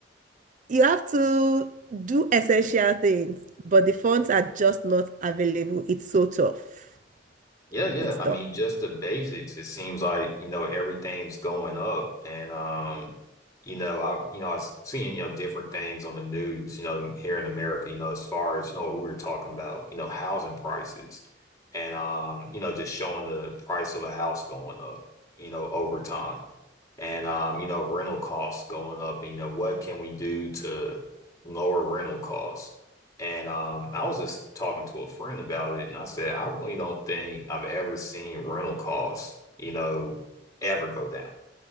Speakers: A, on the right; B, on the left.
A: you have to do essential things, but the funds are just not available. It's so tough.
B: Yeah, yeah.
A: It's
B: I
A: tough.
B: mean, just the basics. It seems like, you know, everything's going up. And um, you know, I you know, I was seeing, you know, different things on the news, you know, here in America, you know, as far as, you know, what we were talking about, you know, housing prices and um, you know, just showing the price of a house going up, you know, over time. And um, you know, rental costs going up and you know, what can we do to lower rental costs? And um, I was just talking to a friend about it, and I said, I really don't think I've ever seen rental costs, you know, ever go down,